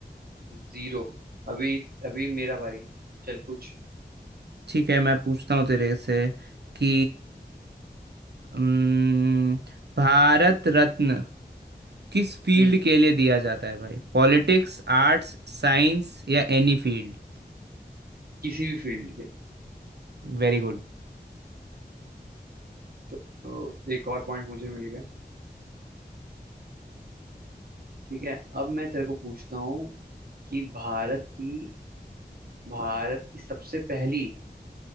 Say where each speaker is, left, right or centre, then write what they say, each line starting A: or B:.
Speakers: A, on the right; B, on the right.
A: जीरो अभी अभी मेरा बारी चल पूछ
B: ठीक है मैं पूछता हूँ तेरे से कि हम्म, भारत रत्न किस फील्ड
A: हम्म
B: के लिए दिया जाता है भाई पॉलिटिक्स आर्ट्स साइंस या एनी फील्ड
A: किसी भी फील्ड के
B: Very good
A: तो, तो एक और पॉइंट मुझे मिल गया ठीक है अब मैं तेरे को पूछता हूँ कि भारत की भारत की सबसे पहली